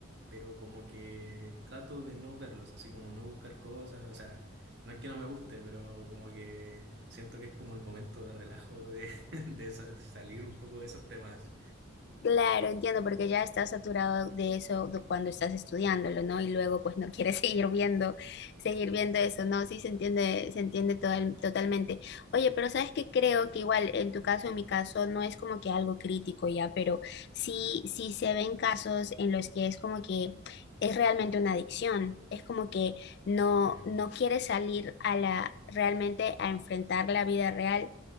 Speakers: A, on the right; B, on the left.
A: pero como que trato de no verlos, así como no buscar cosas, o sea, no es que no me guste, pero como que siento que es como el momento de relajo de, <laughs> de sa- de salir un poco de esos temas.
B: Claro, entiendo, porque ya estás saturado de eso de cuando estás estudiándolo, ¿no? Y luego pues no quieres <laughs> seguir viendo, seguir viendo eso, ¿no? Sí se entiende, se entiende total- totalmente. Oye, pero sabes que creo que igual en tu caso, en mi caso, no es como que algo crítico ya, pero sí, sí se ven casos en los que es como que es realmente una adicción. Es como que no,
A: Sí.
B: no quieres salir a la, realmente a enfrentar la vida real